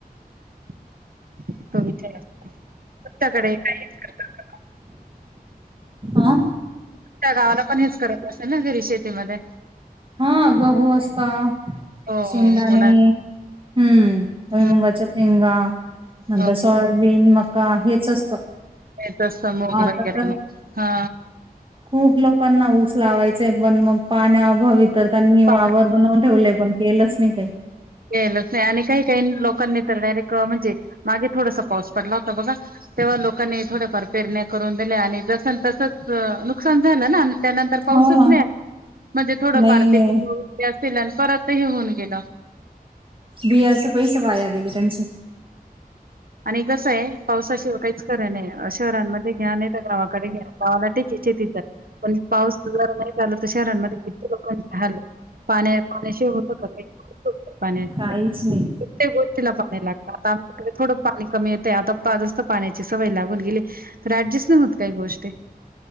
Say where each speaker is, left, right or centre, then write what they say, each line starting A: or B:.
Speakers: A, on the right (about 65°); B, on the right (about 35°).
A: <inaudible>
B: आा
A: त्या गावाला पण हेच करत असेल ना घरी शेतीमध्ये
B: हा गहू असता
A: हो
B: शिंगदाणे
A: हो होणार
B: हम्म भुई
A: हं,
B: मुंगाच्या शे शेंगा नंतर
A: हो
B: सोयाबीन, मका हेच असतं
A: ते तस मुग
B: आता
A: वगैरे
B: तर
A: हा
B: खूप लोकांना ऊस लावायचय पण मग पाण्या अभावी तर त्यांनी वावर
A: पाणी
B: बनवून ठेवलय पण केलंच नाही काही
A: केलच नाही आणि काही काही लोकांनी तर डायरेक्ट म्हणजे मागे थोडासा पाऊस पडला होता बघा तेव्हा लोकांनी थोड्याफार पेरण्या करून दिल्या आणि जस तसंच नुकसान झालं ना त्यानंतर पाऊसच
B: हो ना
A: नाही आ म्हणजे थोडं
B: नाही
A: फार <inaudible>
B: नाही
A: आणि परत हे होऊन गेलं
B: बियाच पैसे वाया गेले त्यांचे
A: आणि कसं आहे पावसाशिवाय काहीच करा नाही शहरांमध्ये घ्या नाही तर गावाकडे घ्या गावाला <inaudible> तिथे पण पाऊस जरा नाही झालं तर शहरांमध्ये किती लोकाच हाल झाले पाण्या पाण्याशि होत का पाण्या
B: काहीच नाही.
A: प्रत्येक गोष्टीला पाणी लागत आता आमच्या कड थोडं पाणी कमी येतं आता जास्त पाण्याची सवय लागून गेली तर राज्यच न होत काही गोष्टी <inaudible>